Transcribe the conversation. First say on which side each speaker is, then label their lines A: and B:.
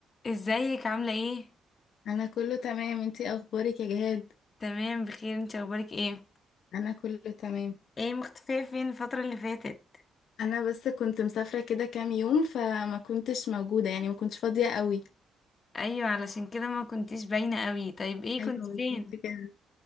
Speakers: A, on the left; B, on the left.
A: ازيك عاملة ايه؟
B: انا كله تمام انتي اخبارك يا جهاد
A: تمام بخير انت اخبارك ايه؟
B: انا كله تمام
A: ايه مختفية فين الفترة اللي فاتت؟
B: انا بس كنت مسافره كده كام يوم فما كنتش موجوده يعني ما كنتش فاضيه قوي
A: ايوه علشان كده ما كنتيش باينة قوي طيب ايه
B: ايوه
A: كنت
B: بالظبط
A: فين؟
B: كده